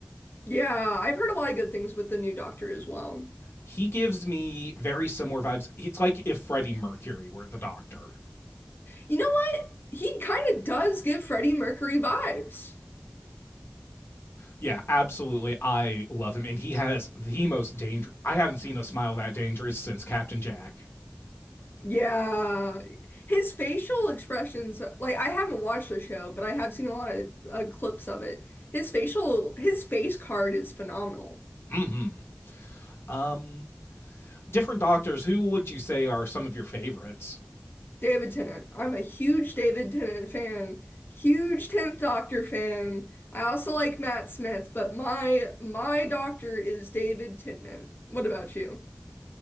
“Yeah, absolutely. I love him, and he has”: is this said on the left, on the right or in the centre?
Left